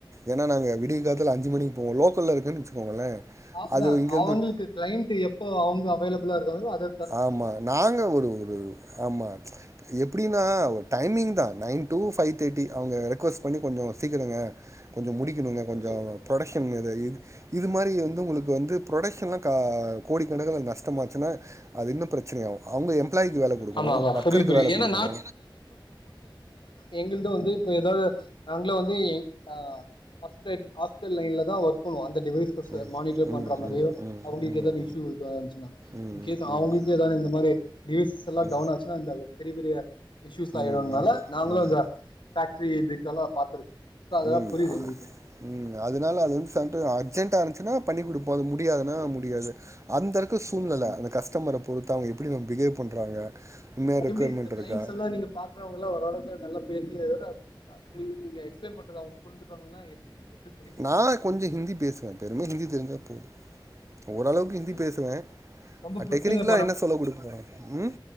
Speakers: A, on the right (about 35°); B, on the left (about 70°).
A: ஏனா நாங்க விடியா
B: ஓகே
A: காத்துல
B: ஓகே
A: அஞ்சு மணிக்கு போவோ லோக்கல்ல இருக்குன்னு வச்சுக்கோங்களே
B: ஆசதா
A: அது இங்கருந்து
B: அவங்ளுக்கு கிளைண்ட் எப்ப அவங்க அவைலபிளா இருக்காங்களோ அத
A: ஆமா நாங்க ஒரு ஒரு ஆமா எப்டின்னா ஒரு டைமிங் தா நைன் டூ ஃபைவ் தேர்ட்டி அவங்க ரெக்வஸ்ட் பண்ணி கொஞ்சோ சீக்கரங்க கொஞ்ச முடிக்கணுங்க கொஞ்சோ
B: ஓகே ஓகே
A: ப்ரொடக்க்ஷன்க இது இது இது மாரி வந்து உங்ளுக்கு வந்து ப்ரொடக்க்ஷன்லா கா கோடிக்கணக்கா நஷ்டமாச்சுனா அது இன்னு பிரச்சனை ஆகு அவங்க எம்ப்ளாய்கு வேலை குடுக்கணு
B: ஆமா ஆமா
A: ஒர்க்கருக்கு
B: புரியுது புரியுது
A: வேல
B: ஏன்னா
A: குடுக்கணு
B: எங்கிருந்தோ வந்து இப்ப எதாவது நாங்களு வந்து அ ஹாஸ்டல் ஹாஸ்டல் லைன்ல தா ஒர்க் பண்ணுவோ அந்த டிவெய்ஸ் ப்ளஸ்
A: ம்.
B: மானிட்டர் பண்ற
A: ம்,
B: மாரியு
A: ம், ம்,
B: அவங்களுக்கு
A: ம், ம்,
B: ஏதா இஸ்யூஎதா ஆச்சுனா
A: ம்,
B: இன்கேஸ்
A: ம்,
B: அவங்ளுக்கு ஏதா இந்த மாரி டிவெய்ஸ் எல்லா
A: ம்,
B: டவுன் ஆச்சுனா இந்த பெரிய பெரிய இஷ்யூஸ் ஆயிடுனால
A: ம்,
B: நாங்களு
A: ம், ம்.
B: இந்த பேக்ட்ரி இதுக்கெல்லா பாத்துருக்கோ சோ அதாலா
A: ம்
B: புரியுது எங்ளுக்கு
A: ம் அதனால அது வந்து <unintelligible> அர்ஜென்டா இருந்ச்சுனா பண்ணி குடுப்போ அது முடியாதுனா முடியாது அந்த அ இருக்கு சூழ்நிலை
B: ஆமா
A: அந்த கஸ்டமரை பொறுத்து அவங்க எப்டி நம் பிகேவ் பண்றாங்க உண்மையா ரெக்குயர்மெண்ட்
B: எப்டி இந்த கிளைண்ட்ஸ்
A: இருக்கா
B: எல்லா நீங்க பாக்றவங்கெலா ஓரளவுக்கு நல்லா பேசி <unintelligible> நீங்க எக்ஸ்பிளைன் பண்றது அவங்க புரிஞ்சுப்பாங்கலா எப்டி புரியும்
A: நா கொஞ்ச ஹிந்தி பேசுவே பெருமே ஹிந்தி தெரிஞ்சா போது ஓரளவுக்கு
B: ஓகே
A: ஹிந்தி
B: ஓகே
A: பேசுவே
B: ரொம்ப பிரச்சன
A: டெக்னிக்கலாக என்ன சொல்ல கொடுப்பே ம்